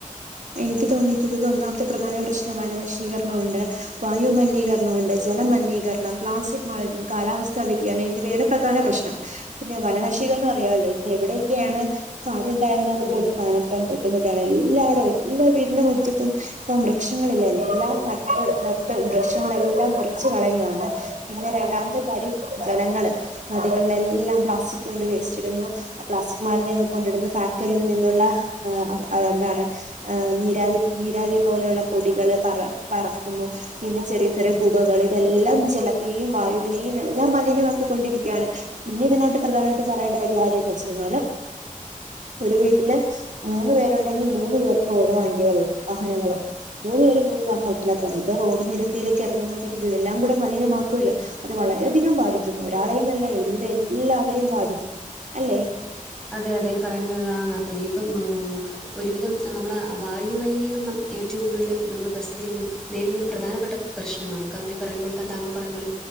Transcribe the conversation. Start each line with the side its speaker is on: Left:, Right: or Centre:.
Right: എനിക്ക് തോന്നിയിട്ടുള്ളത് ഒന്നാമത്തെ പ്രധാന പ്രശ്നം വനനശീകരണം ഒണ്ട് വായുമലിനീകരണം ഉണ്ട് ജലമലിനീകരണം പ്ലാസ്റ്റിക് മാലിന്യം കാലാവസ്ഥാ വ്യതിയാനം എന്നിവയലും പ്രധാന പ്രശ്നം പിന്നെ വനനശീകരണ അറിയാല്ലോ ഇന്ന് എവിടെയെക്കെയാണ് കാട്ണ്ടായിരുന്നത്
Centre: അതെ
Right: പോലും
Centre: അതെ
Right: കാണത്താൻ ബുദ്ധിമുട്ടാണ് എല്ലാ വ്ടും എല്ലാ വീട്ന്റെ മുറ്റത്തും ഇപ്പം വൃക്ഷങ്ങളില്ല എല്ലാം നട്ട് നട്ട് വൃക്ഷങ്ങളെല്ലാം മുറിച്ച്കളയാണ് പിന്നെ രണ്ടാമത്തെ കാര്യം ജനങ്ങള് നദികൾലെല്ലാം പ്ലാസ്റ്റിക് കൊണ്ട് വേസ്റ്റ് ഇടുന്നു പ്ലാസ്റ്റിക് മാലിന്യങ്ങൾ കൊണ്ടിടുന്നു ഫാക്ടറിയിൽ നിന്നുള്ള ഏ്ഹ് എന്താണ് ആ് നീരാവി നീരാവി പോലുള്ള പൊടികള് പറ പറക്കുന്നു പിന്നെ ചെറിയ ചെറിയ പുകകള് ഇതെല്ലാം ജലത്തെയും വായുവിനെയും എല്ലാം മലിനമാക്കികൊണ്ടിരിക്കാണ് പിന്നെ ഇതിനായിട്ട് പ്രധാനായിട്ട് പറയേണ്ട ഒരു കാര്യം എന്ന് വെച്ച് കഴിഞ്ഞാല് ഒരു വീട്ടില് മൂന്ന് പേരുണ്ടെങ്കിൽ മൂന്ന് പേർക്ക് ഓരോ വണ്ടികള് വാഹനങ്ങള്ണ്ട് മൂന്ന് പേരും മൂന്ന് വാഹനത്തിലാ പോവ്ന്നത് അപ്പോ റോഡ് നിരത്തിലയിലേക്ക് എറങ്ങുമ്പഴ്ത്തേക്ക് ഇത് എല്ലാം കൂടെ മലിനമാക്കുവല്ലോ അത് വളരെയധികം ബാധിക്കും ഒരാളെയ് ന്നല്ല ഒരുവിധം എല്ലാവരെയും ബാധിക്കും അല്ലെ
Centre: അതെ അതെ ഈപറയുന്നതാന്ന് ഇപ്പം ഒരുവിധം നമ്മളെ വായുമലിനീകരണം ഏറ്റവും കൂടുതല് നമ്മള് പരിസ്ഥിതിൽ നിന്ന് നേരിട്ന്ന പ്രധാനപ്പെട്ട പ്രശ്നമാണ് കാരണം ഈ പറയുന്ന പോലെത താങ്കൾ പറയുന്നോലെ